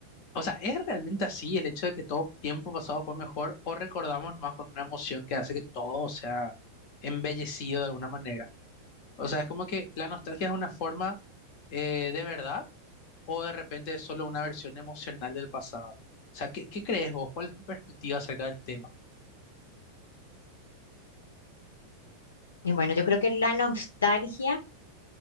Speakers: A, on the left (about 45°); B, on the left (about 70°).
A: O sea, ¿es realmente así el hecho de que todo tiempo pasado fue mejor o recordamos más con una emoción que hace que todo sea embellecido de alguna manera? O sea, es como que la nostalgia es una forma eh, de verdad o de repente es solo una versión emocional del pasado. O sea, ¿qué, qué crees vos? ¿Cuál es tu perspectiva acerca del tema?
B: y bueno, yo creo que la nostalgia